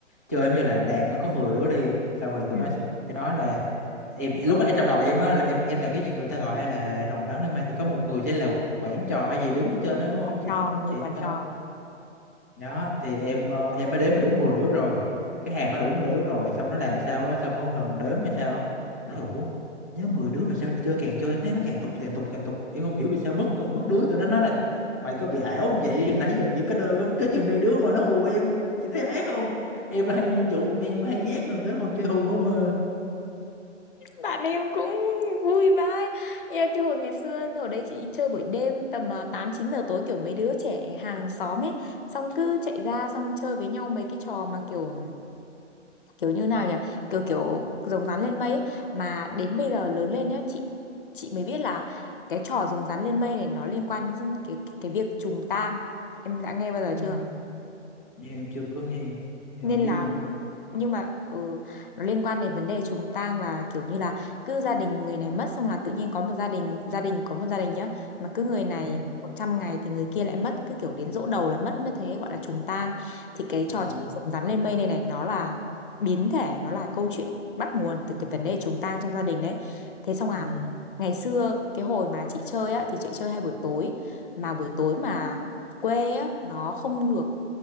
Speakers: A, on the right; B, on the left.
A: chơi em như là đàn nó có 10 đứa đi xong rồi tụi
B: Ừ.
A: nó sẽ nói là em lúc nãy trong đầu em á là em em là cái gì người ta gọi hay là rồng rắn lên mây thì có một người sẽ là quản trò hay gì đứng ở trên đó đúng không chị
B: cho
A: đúng
B: người
A: không chị
B: quản
A: Phải
B: trò
A: không? đó thì em ờ, em mới đếm mà đúng 10 đứa rồi cái hàng nó đủ 10 đứa rồi xong nó làm sao á xong nó ngần đếm hay sao á thấy ủa nhớ 10 đứa mà sao chơi càng chơi em thấy nó càng tục càng tục càng tục em không hiểu vì sao mất mất đứa tụi nó nói là mày có bị ảo không vậy nãy giờ chỉ có đời cái chừng này đứa mà nó hù em chị thấy ác không em là hay như trụ em hay nhát rồi tới còn chơi hù không à
B: bạn em cũng vui vãi Ê, cái hồi ngày xưa hồi đấy chị đi chơi buổi đêm tầm à, 8 9 giờ tối kiểu mấy đứa trẻ hàng xóm ấy xong cứ chạy ra xong chơi với nhau mấy cái trò mà kiểu kiểu như nào nhỉ kiểu kiểu rồng rắn lên mây ấy. mà đến bây giờ lớn lên nhá chị chị mới biết là cái trò rồng rắn lên mây này nó liên quan đến cái cái việc trùng tang em đã nghe bao giờ
A: ừ.
B: chưa
A: vậy em chưa có nghe thì
B: nên
A: không biết
B: là
A: luôn á
B: nhưng mà ừ, nó liên quan đến vấn đề trùng tang là kiểu như là cứ gia đình người này mất xong là tự nhiên có một gia đình gia đình có một gia đình nhá mà cứ người này
A: ừ.
B: 100 ngày thì người kia lại mất cứ kiểu đến giỗ đầu là mất như thế gọi là trùng tang thì cái
A: À.
B: trò chơi rồng rắn lên mây này này nó là biến thể nó là câu chuyện bắt nguồn từ cái vấn đề trùng tang trong gia đình đấy thế xong à
A: Ừ.
B: ngày xưa cái hồi mà chị chơi á thì chị chơi hay buổi tối mà buổi tối mà quê á nó không được